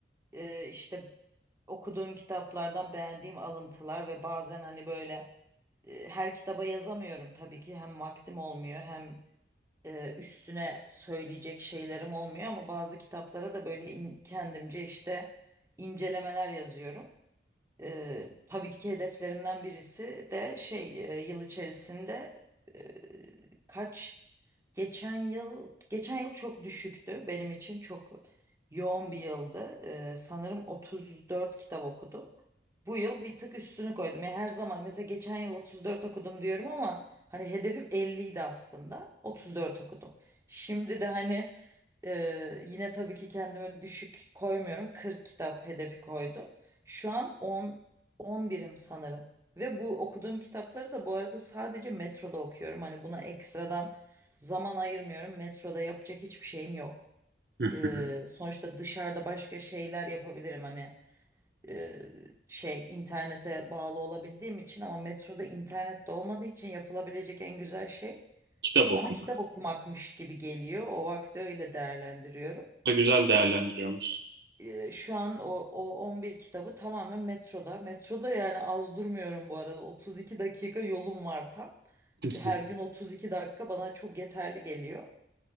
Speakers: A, on the right (about 15°); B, on the right (about 60°).
A: e, işte okuduğum kitaplardan beğendiğim alıntılar ve bazen hani böyle e, her kitaba yazamıyorum tabii ki hem vaktim olmuyor hem e, üstüne söyleyecek şeylerim olmuyor ama bazı kitaplara da böyle in- kendimce işte incelemeler yazıyorum. Eee, tabii ki hedeflerimden birisi de şey eee, yıl içerisinde eee, kaç geçen yıl geçen yıl çok düşüktü benim için çok yoğun bir yıldı. Eee, sanırım 34 kitap okudum. Bu yıl bir tık üstünü koydum. Yani her zaman mesela geçen yıl 34 okudum diyorum ama hani hedefim 50 idi aslında. 34 okudum. Şimdi de hani eee, yine tabii ki kendime düşük koymuyorum. 40 kitap hedefi koydum. Şu an on on birim sanırım. Ve bu okuduğum kitapları da bu arada sadece metroda okuyorum. Hani buna ekstradan zaman ayırmıyorum. Metroda yapacak hiçbir şeyim yok.
B: Hı
A: Ee,
B: hı.
A: sonuçta dışarıda başka şeyler yapabilirim. Hani e, şey internete bağlı olabildiğim için ama metroda internet de olmadığı için yapılabilecek en güzel şey
B: Kitap okuma.
A: bana kitap okumakmış gibi geliyor. O vakti öyle değerlendiriyorum.
B: Da güzel değerlendiriyoruz.
A: e, şu an o, o 11 kitabı tamamen metroda. Metroda yani az durmuyorum bu arada. 32 dakika yolum var tam.
B: Hı.
A: Her
B: hı.
A: gün 32 dakika bana çok yeterli geliyor.